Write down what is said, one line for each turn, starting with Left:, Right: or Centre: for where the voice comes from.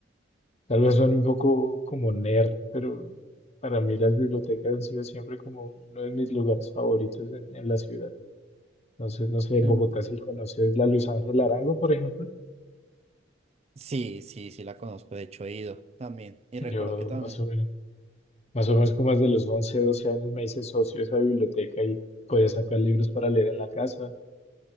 Left: Tal vez suene un poco como nerd, pero para mí las bibliotecas han sido siempre como uno de mis lugares favoritos en, en la ciudad. Entonces, no sé, en
Right: Em,
Left: Bogotá si conoces la Luis Ángel Arango, por ejemplo.
Right: Sí, sí, sí la conozco, de hecho he ido también y recuerdo
Left: Yo
Right: que también.
Left: más o menos, más o menos como desde los 11 12 años me hice socio de esa biblioteca y podía sacar libros para leer en la casa.